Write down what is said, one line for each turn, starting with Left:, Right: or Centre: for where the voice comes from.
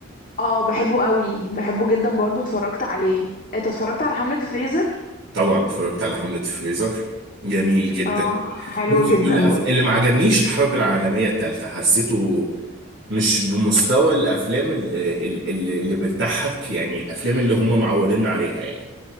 Left: اه بحبه قوي بحبه جدا برضو اتفرجت عليه انت اتفرجت على حملة فريزر
Right: طبعا اتفرجت على حملة فريزر جميل جدا
Left: اه حلو
Right: بص
Left: جدا
Right: كل مم. أف...
Left: برضو
Right: اللي ما عجبنيش الحرب العالمية التالتة حسيته مش بمستوى الأفلام اللي, اللي, اللي بتضحك يعني الأفلام اللي هم معوديننا عليها يعني